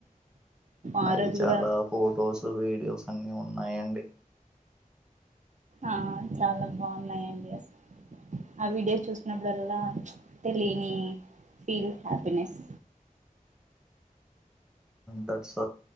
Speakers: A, on the right; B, in the centre.
A: ఆ
B: అవి
A: రోజు
B: చాలా
A: కూడా
B: ఫొటోస్ వీడియోస్ అన్నీ ఉన్నాయండి
A: ఆ చాలా బాగున్నాయండి అస్ ఆ వీడియోస్ చూసినప్పుడల్లా తెలియని feel happiness
B: that's